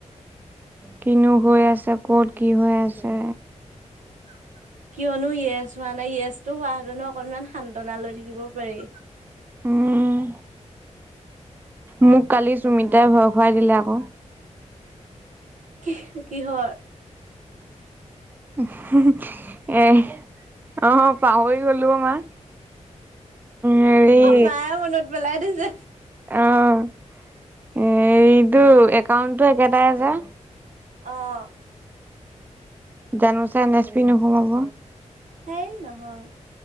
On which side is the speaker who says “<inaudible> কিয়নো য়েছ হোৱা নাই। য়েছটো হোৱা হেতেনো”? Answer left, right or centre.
Right